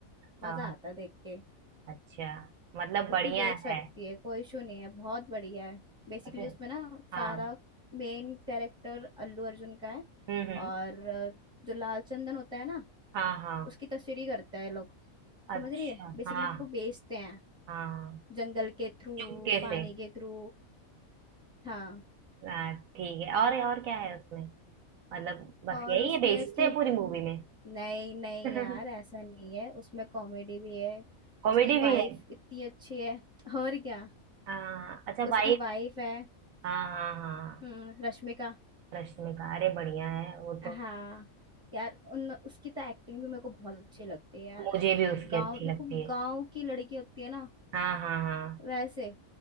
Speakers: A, in the centre; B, on the right.
A: मजा
B: हाँ
A: आता है देख के
B: अच्छा मतलब
A: तो
B: बढ़िया
A: तू देख सकती
B: है
A: है कोई इशू नहीं है बहुत बढ़िया है बेसिकली
B: अच्छा
A: उसमें ना
B: हाँ
A: सारा मेन कैरेक्टर अल्लू अर्जुन का है
B: हम्म हम्म
A: और अ, जो लाल चंदन होता है ना
B: हाँ हाँ
A: उसकी तस्वीर करता है लोग
B: अच्छा
A: समझ रही है बेसिकली
B: हाँ
A: उसको बेचते हैं
B: हाँ
A: जंगल के थ्रू
B: चुपके
A: पानी
B: से
A: के थ्रू हाँ
B: हाँ ठीक है और और क्या है उसमें मतलब बस
A: और
B: यही
A: उसमें
B: है बेचते
A: उसकी
B: हैं पूरी मूवी में
A: नहीं नहीं
B: <laughs>
A: यार ऐसा नहीं है उसमें कॉमेडी भी है
B: कॉमेडी
A: उसकी वाइफ
B: भी है
A: इतनी अच्छी है और क्या
B: हाँ अच्छा वाइफ
A: उसकी वाइफ है
B: हाँ हाँ हाँ
A: हम्म रश्मिका
B: रश्मिका अरे बढ़िया है वो तो
A: हाँ यार उन उसकी तो एक्टिंग भी मेरे को बहुत अच्छी लगती है यार
B: मुझे भी उसकी
A: गांव
B: अच्छी
A: बिल्कुल
B: लगती है
A: गांव की लड़की होती है ना
B: हाँ हाँ हाँ
A: वैसे